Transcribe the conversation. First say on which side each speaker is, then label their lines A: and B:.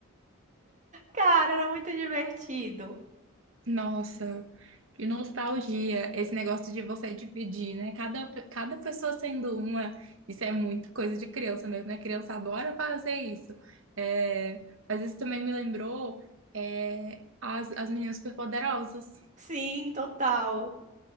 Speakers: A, on the right; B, on the right.
A: Cara, era muito divertido.
B: Nossa, que nostalgia esse negócio de você dividir, né? Cada, cada pessoa sendo uma, isso é muito coisa de criança mesmo, né? Criança adora fazer isso. É, mas isso também me lembrou, é, as, as meninas superpoderosas
A: Sim, total.